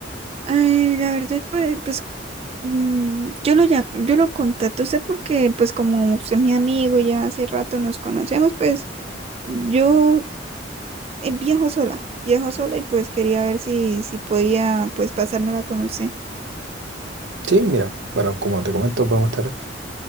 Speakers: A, on the right; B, on the right.
A: eh la verdad, pues, pues mm, yo lo ya, yo lo contacto a usted porque pues como usted es mi amigo, ya hace rato nos conocemos, pues yo eh, viajo sola, viajo sola y pues quería ver si, si podía pues pasármela con usted.
B: Sí, mira, bueno, como te comento, podemos estar.